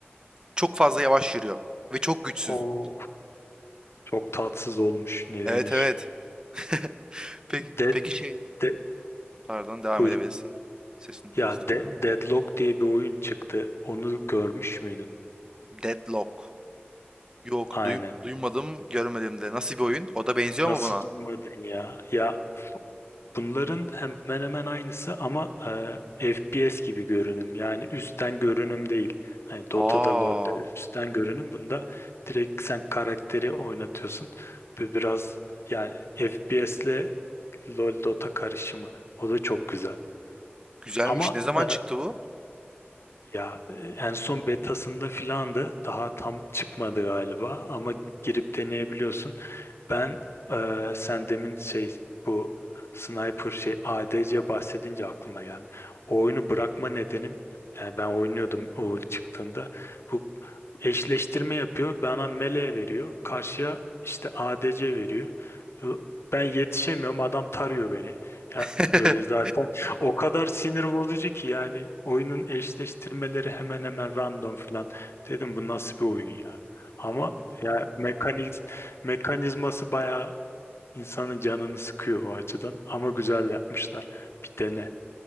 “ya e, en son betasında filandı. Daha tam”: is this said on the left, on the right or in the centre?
Left